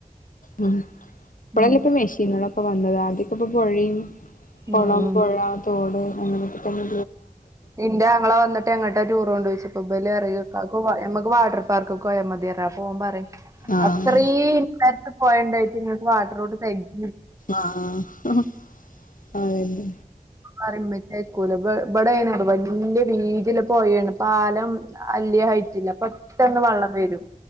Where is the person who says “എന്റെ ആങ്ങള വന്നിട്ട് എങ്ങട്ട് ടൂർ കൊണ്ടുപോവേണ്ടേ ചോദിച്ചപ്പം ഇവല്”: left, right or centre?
Right